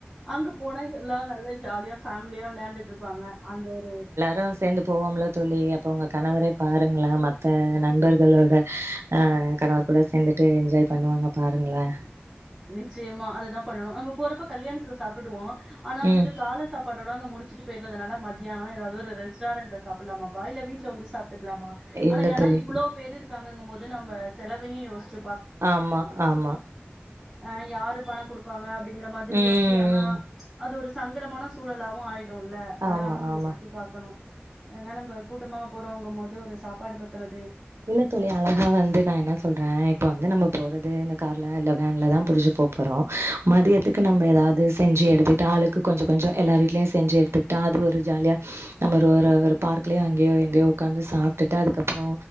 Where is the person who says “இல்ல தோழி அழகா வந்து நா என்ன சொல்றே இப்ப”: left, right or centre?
Right